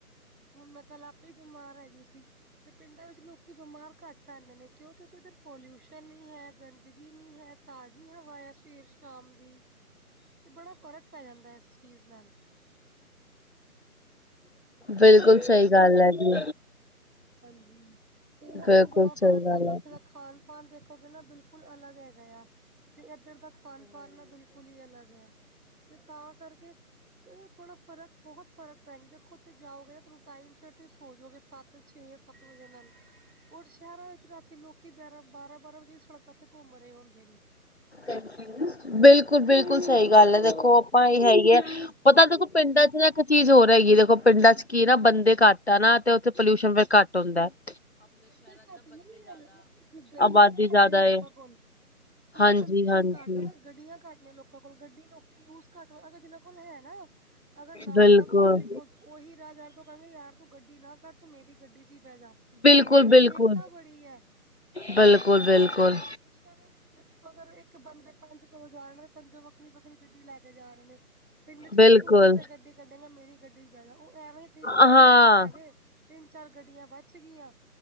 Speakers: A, on the right; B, on the left.
A: ਹੁਣ ਮੈਂ ਕੱਲ੍ਹ ਆਪੇ ਬਿਮਾਰ ਹੈਗੀ ਸੀ ਤੇ ਪਿੰਡਾਂ ਵਿੱਚ ਲੋਕੀ ਬਿਮਾਰ ਘੱਟ ਪੈਂਦੇ ਨੇ ਕਯੌ ਕਯੌਕਿ ਓਧਰ ਪੋਲਊਸ਼ਨ ਨੀ ਹੈ ਗੰਦਗੀ ਨੀ ਹੈ। ਤਾਜੀ ਹਵਾ ਆ ਸਵੇਰ ਸ਼ਾਮ ਦੀ। ਤੇ ਬੜਾ ਫ਼ਰਕ ਪੈ ਜਾਂਦਾ ਏ ਇਸ ਚੀਜ਼ ਨਾਲ।
B: ਬਿਲਕੁਲ ਸਯੀ ਗੱਲ ਐ ਜੀ।
A: ਹਾਂਜੀ ਸੀਰਤ
B: ਬਿਲਕੁਲ
A: ਨੂੰ ਬੜਾ
B: ਸਹੀ
A: ਫਰਕ
B: ਗੱਲ
A: ਪੈਂਦਾ
B: ਹੈ
A: ਐ ਓਥੇ ਦਾ ਖ ਖਾਨ ਪਾਨ ਦੇਖੋਗੇ ਨਾ ਬਿਲਕੁਲ ਅਲੱਗ ਹੈਗਾ ਯਾ। ਤੇ ਐਦਰ ਦਾ ਖਾਨ ਪਾਨ ਨਾ ਬਿਲਕੁਲ ਹੀ ਅਲੱਗ ਐ ਤੇ ਤਾ ਕਰਕੇ ਤੇ ਓ ਥੋੜਾ ਫਰਕ ਬੋਹੋਤ ਫ਼ਰਕ ਪੈਨ ਦੇਖੋ ਓਥੇ ਜਾਓਗੇ ਨਾ ਤਾਨੂੰ ਟਾਈਮ ਸੇਰ ਸੋ ਜੋਗੇ ਸੱਤ ਛੇ ਸੱਤ ਵਜੇ ਨਲ। ਔਰ ਸ਼ੇਰਾ ਵਿੱਚ ਰਾਤੀ ਲੋਕੀ ਬੇਰਾ ਬਾਰਾ ਬਾਰਾ ਵਜੇ ਤਕ ਸੜਕਾ ਤੇ ਘੁੰਮ ਰੇ ਹੁੰਦੇ ਨੇ।
B: ਬਿਲ ਬਿਲਕੁਲ- ਬਿਲਕੁਲ ਸਈ ਗੱਲ ਐ ਦੇਖੋ ਆਪਾਂ ਐ ਈ ਹੇਗੇ ਆ ਪਤਾ ਦੇਖੋ ਪਿੰਡਾ ਚ ਨਾ ਇਕ ਚੀਜ਼ ਹੋਰ ਹੈਗੀ ਐ ਦੇਖੋ ਪਿੰਡਾਂ ਚ ਕੀ ਨਾ ਬੰਦੇ ਘੱਟ ਆ ਨਾ ਤੇ ਓਥੇ ਪੋਲਕਊਸ਼ਨ ਫੇਰ ਘੱਟ ਹੁੰਦਾ ਐ।
A: ਬੰਦੇ ਘੱਟ ਨਈ ਐ ਓ ਗੜੀਆ
B: ਆਬਾਦੀ
A: ਸਾਡੇ
B: ਜ਼ਿਆਦਾ
A: ਲੋਕਾ
B: ਹੈ
A: ਕੋਲ। ਤਾ
B: ਹਾਂਜੀ
A: ਪੋਲਊਸ਼ਨ
B: ਹਾਂਜੀ
A: ਘੱਟ ਗੱਡੀਆਂ ਘੱਟ ਨੇ ਲੋਕਾ ਕੋਲ ਗੱਡੀ ਕਿਓਕਿ ਯੂਜ ਘੱਟ ਅਗਰ ਜਿਨਾ ਕੋਲ ਹੈ ਨਾ ਅਗਰ ਨਾਲਦਾ
B: ਬਿਲਕੁਲ
A: ਗੁਆਂਢੀ ਓ ਓਹੀ ਰਾਹ ਜਾ ਰੇ ਤੇ ਓ ਕੈਂਗੇ ਯਾਰ ਤੂੰ ਗੱਡੀ ਨਾ ਕਡ ਤੂੰ ਮੇਰੀ ਗੱਡੀ ਚ ਹੀ ਬੇ ਜਾ। ਉੱਥੇ
B: ਬਿਲਕੁਲ
A: ਦੀ
B: ਬਿਲਕੁਲ
A: ਏਕਤਾ ਬੜੀ ਹੈ
B: ਬਿਲਕੁਲ ਬਿਲਕੁਲ।
A: ਖੁਸ਼ੀਆਂ ਦੇ ਵਿੱਚ। ਦੇਖੋ ਅਗਰ ਇੱਕ ਬੰਦੇ ਪੰਜ ਘਰੋ ਜਾ ਰੇ ਨੇ ਤੇ ਪਨਜੋ ਵੱਖਰੀ- ਵੱਖਰੀ ਗੱਡੀ ਲੈ ਕੇ ਜਾਨਗੇ। ਪਿੰਡ ਇਚ ਕੇਂਦਾ
B: ਬਿਲਕੁਲ
A: ਤੂੰ ਕਿੱਥੇ ਗੱਡੀ ਕੱਢੇਗਾ ਮੇਰੀ ਗੱਡੀ ਚ ਬੇਜਾ ਓ ਐਵੇ ਈ ਤਿੰਨ- ਚਾਰ
B: ਹਾਂ
A: ਲੋਕਾ ਨੂੰ ਲੈ ਕੇ ਤਿੰਨ ਚਾਰ ਗੱਡੀਆਂ ਬਚ ਗਿਆ।